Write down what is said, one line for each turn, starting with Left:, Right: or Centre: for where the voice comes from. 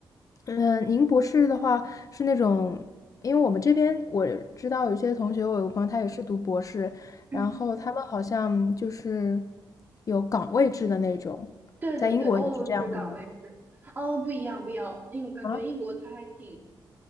Left: 嗯，您博士的话是那种，因为我们这边我知道有些同学，我有个朋友他也是读博士，
Right: 嗯，
Left: 然后他们好像就是有岗位制的那种，
Right: 对对对，
Left: 在英国也是这样的吗
Right: 欧陆是岗位制，哦，不一样不一样，因为我感觉英国它还挺，
Left: 啊，